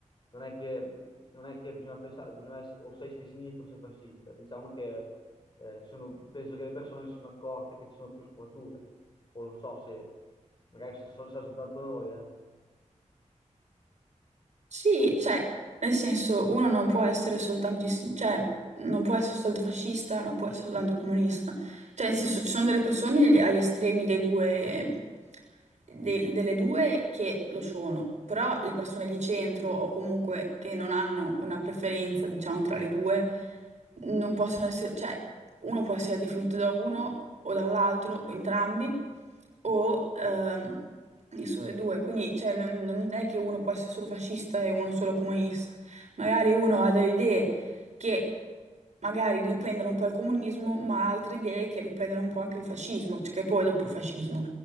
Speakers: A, on the left (about 40°); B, on the right (about 65°).
A: non è che, non è che bisogna pensare, bisogna essere, o sei di sinistra o sei fascista, diciamo che eh, ci sono- penso che le persone si sono accorte che ci sono più sfumature. Poi non so se magari se sono soltanto noi, eh.
B: Sì, cioè, nel senso, uno non può essere soltanto, di- cioè, non può essere soltanto fascista, non può essere soltanto comunista. Cioè, nel senso, ci sono delle persone agli estremi dei due, de- delle due che lo sono, però le persone di centro o comunque che non hanno una preferenza, diciamo, tra le due, non possono essere, cioè, uno può essere definito da uno o dall'altro o entrambi o ehm, nessuno dei due, quindi cioè, non, non è che uno può essere solo fascista e uno solo comunista, magari uno ha delle idee che magari riprendono un po' il comunismo, ma altre idee che riprendono un po' anche il fascismo, cioè che poi dopo fascismo.